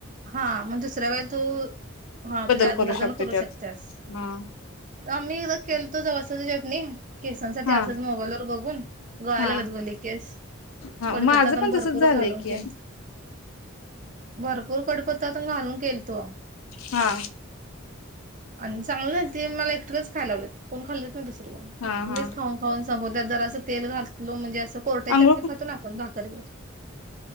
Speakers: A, on the right (about 40°); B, on the left (about 85°).
A: हा, मग दुसऱ्या वेळे तू हा
B: बदल
A: तुझ्या अंदाजान
B: शकतो
A: करू
B: त्यात
A: शकत्यास.
B: हा
A: आम्ही एखादा केलतो जवा असच स्ट्रेटनिंग केसांसाठी
B: हा
A: असच मोबाईल वर बघून, गळाय
B: हा
A: लागल्यात गं लई केस.
B: हा
A: कडीपत्ता
B: माझं
A: तेण
B: पण
A: भरपूर
B: तसच झालंय
A: घालून
B: की
A: केलतो, भरपूर पतातून घालून केलतो.
B: हा
A: आणि चांगली झालती, मला एकटीलाच खायला लावलेत, कोण खाल्लीच नाही, दुसर कोण,
B: हा हा
A: मीच खाऊन संपूत्यात, जर असं तेल घातल म्हणजे अस कोरट्या
B: अंघोळ
A: चटणी खातो ना, आपण भाकरी गत.